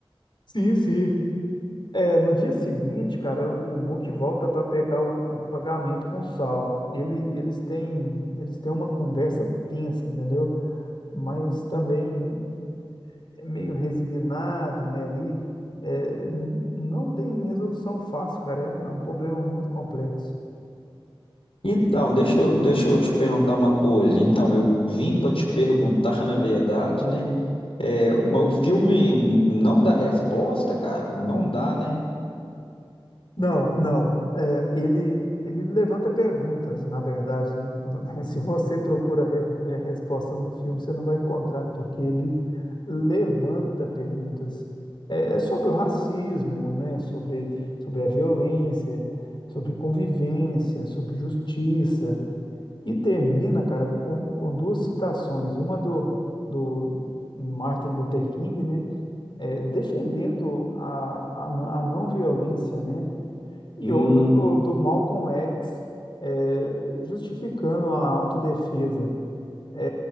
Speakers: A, on the left (about 60°); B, on the left (about 90°).
A: Sim, sim. É, no dia seguinte, cara, o Muk volta para pegar o, o pagamento com o Sal. Ele, eles têm, eles têm uma conversa tensa, entendeu? Mas também é meio resignado, né, ali. É, não tem resolução fácil, cara. É um, é um problema muito complexo.
B: Então, deixa eu, deixa eu te perguntar uma coisa. Então, eu vim para te perguntar, <laughs> na verdade, né, é, mas o filme não dá resposta, cara? Não dá, né?
A: Não, não. É, ele, ele levanta perguntas, na verdade, né? <laughs> Se você procura re, é, resposta no filme, você não vai encontrar, porque ele levanta perguntas. É, é sobre o racismo, né? Sobre, sobre a violência, sobre convivência, sobre justiça. E termina, cara, com, com duas citações. Uma do, do Martin Luther King, né? É, defendendo a, a, não- a não violência, né? E
B: Hum,
A: outra do, do Malcolm X, é, justificando a autodefesa. É,